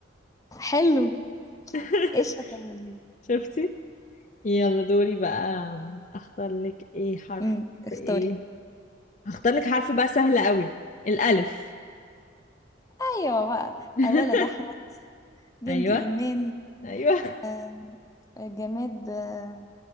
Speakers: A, on the left; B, on the left.
A: حلو
B: <laughs>
A: ايه الشطاره دي
B: شفتي يلا دوري بقى اختار لك ايه حرف
A: امم <laughs> اختاري
B: ايه هختار لك حرف بقى سهل قوي الالف
A: ايوه بقى
B: <laughs>
A: ولد احمد بنت
B: ايوه
A: ايمان
B: ايوه
A: آم، جماد آه،